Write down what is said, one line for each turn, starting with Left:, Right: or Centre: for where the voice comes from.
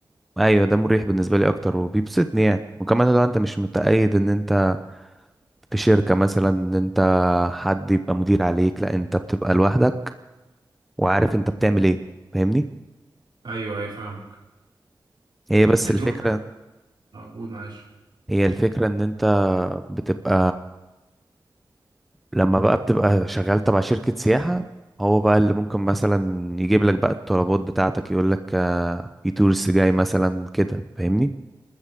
Centre: أيوة ده مريح بالنسبة لي أكتر وبيبسطني يعني وكمان لو أنت مش متقيد إن أنت في شركة مثلا إن أنت حد يبقى مدير عليك لأ أنت بتبقى لوحدك وعارف أنت بتعمل إيه فاهمني
Right: ايوه ايوه فاهمك
Centre: هي بس
Right: بتروح
Centre: الفكرة
Right: اه قول معلش
Centre: هي الفكرة إن أنت بتبقى لما بقى بتبقى شغال تبع شركة سياحة هو بقى اللي ممكن مثلا يجيب لك بقى الطلبات بتاعتك يقول لك آه، في تورست جاي مثلا كده فاهمني